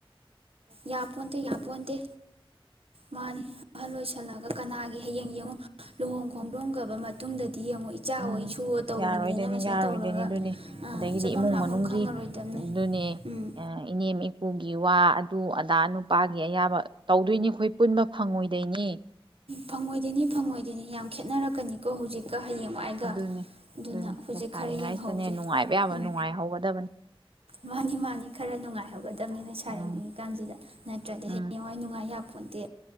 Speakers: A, on the right; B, on the right.
A: ꯌꯥꯄꯣꯟꯇꯦ ꯌꯥꯄꯣꯟꯇꯦ ꯃꯅꯤ ꯑꯍꯜ ꯑꯣꯏꯁꯟꯂꯒ ꯀꯅꯥꯒꯤ ꯍꯌꯦꯡ ꯌꯦꯡꯉꯨ ꯂꯨꯍꯣꯡ ꯈꯣꯗꯣꯡꯒ꯭ꯔꯕ ꯃꯇꯨꯡꯗꯗꯤ ꯌꯦꯡꯉꯨ ꯏꯆꯥ
B: ꯑꯝ
A: ꯑꯣꯏ ꯏꯁꯨ ꯑꯣꯏ ꯇꯧꯔꯅꯤꯅ
B: ꯌꯥꯔꯣꯏꯗꯩꯅꯤ
A: ꯃꯁꯤꯗ
B: ꯌꯥꯔꯣꯏꯗꯩꯅꯤ
A: ꯇꯧꯔꯒ
B: ꯗꯨꯅꯤ ꯑꯗꯒꯤ
A: ꯆꯠꯐꯝ
B: ꯏꯃꯨꯡ
A: ꯂꯥꯛꯐꯝ
B: ꯃꯅꯨꯡꯒꯤ
A: ꯈꯪꯉꯔꯣꯏꯗꯕꯅꯤ
B: ꯗꯨꯅꯦ
A: ꯎꯝ
B: ꯏꯅꯦꯝ ꯏꯀꯨꯒꯤ ꯋꯥ ꯑꯗꯨ ꯑ ꯅꯨꯄꯥꯒꯤ ꯑꯌꯕ ꯇꯧꯗꯩꯅꯤ ꯑꯩꯈꯣꯏ ꯄꯨꯟꯕ ꯐꯪꯉꯣꯏꯗꯣꯏꯅꯤ
A: ꯐꯪꯑꯣꯏ ꯗꯩꯅꯦ ꯐꯪꯑꯣꯏ ꯗꯩꯅꯦ ꯌꯝ ꯈꯦꯠꯅꯔꯛ ꯀꯅꯤꯀꯣ ꯍꯧꯖꯤꯛ ꯀ ꯍꯌꯦꯡ ꯋꯥꯏꯒ
B: ꯑꯗꯨꯅꯤ
A: ꯑꯗꯨꯅ
B: ꯑꯗꯨꯅꯤ
A: ꯍꯧꯖꯤꯛ
B: ꯂꯩꯁꯥꯔꯤꯉꯩꯁꯤꯗꯅꯦ
A: ꯈꯔ ꯌꯦꯡꯍꯧꯁꯦ
B: ꯅꯨꯡꯉꯥꯏꯕ ꯌꯥꯕ
A: ꯑꯝ
B: ꯅꯨꯡꯉꯥꯏꯍꯧꯒꯗꯕꯅꯤ
A: ꯃꯅꯦ ꯃꯅꯦ ꯈꯔ ꯅꯨꯡꯉꯥꯏ ꯍꯧꯒꯗꯕꯅꯦ ꯂꯩꯁꯥꯔꯤꯉꯩ
B: ꯎꯝ
A: ꯀꯥꯟꯁꯤꯗ ꯅꯠꯇ꯭ꯔꯗꯤ
B: ꯎꯝ
A: ꯍꯌꯦꯡꯋꯥꯏ ꯅꯨꯡꯉꯥꯏ ꯌꯥ ꯄꯣꯟꯇꯦ